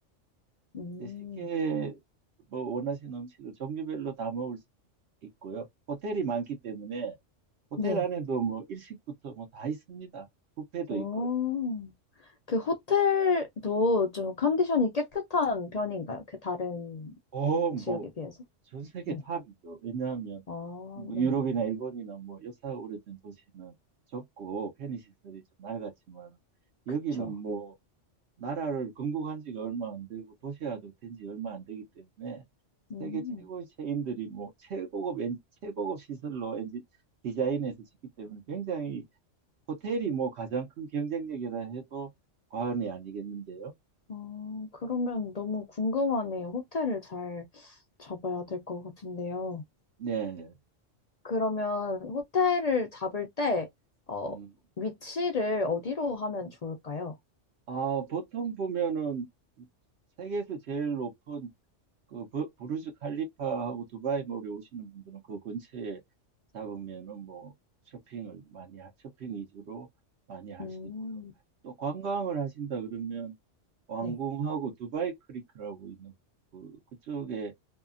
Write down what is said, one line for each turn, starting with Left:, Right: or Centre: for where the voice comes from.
Left: 음,
Right: 네, 쉽게 뭐 원하시는 음식을 종류별로 다 먹을 수 있고요. 호텔이 많기 때문에 호텔
Left: 네.
Right: 안에도 뭐 일식부터 뭐 다 있습니다. 뷔페도
Left: 오.
Right: 있고요.
Left: 그 호텔도 좀 컨디션이 깨끗한 편인가요? 그 다른
Right: 어, 뭐,
Left: 지역에 비해서?
Right: 전 세계
Left: 네.
Right: 탑이죠. 왜냐하면,
Left: 아,
Right: 뭐,
Left: 네.
Right: 유럽이나 일본이나 뭐, 역사가 오래된 도시는 좁고, 편의 시설이 좀 낡았지만, 여기는
Left: 그쵸.
Right: 뭐, 나라를 건국한 지가 얼마 안 되고, 도시화도 된지 얼마 안 되기 때문에,
Left: 음,
Right: 세계 최고의 체인들이 뭐, 최고급, 엔, 최고급 시설로 엔지, 디자인해서 짓기 때문에, 굉장히, 호텔이 뭐, 가장 큰 경쟁력이라 해도 과언이 아니겠는데요.
Left: 어, 그러면 너무 궁금하네요. 호텔을 잘 잡아야 될 것 같은데요.
Right: 네.
Left: 그러면 호텔을 잡을 때, 어,
Right: 음.
Left: 위치를 어디로 하면 좋을까요?
Right: 아, 보통 보면은 세계에서 제일 높은 그 버- 부르즈 칼리파하고 두바이 몰에 오시는 분들은 그 근처에 잡으면은 뭐 쇼핑을 많이 하- 쇼핑 위주로 많이 할
Left: 음,
Right: 수 있고요. 또 관광을 하신다 그러면 왕궁하고
Left: 네.
Right: 두바이 크리크라고 있는 그 그쪽에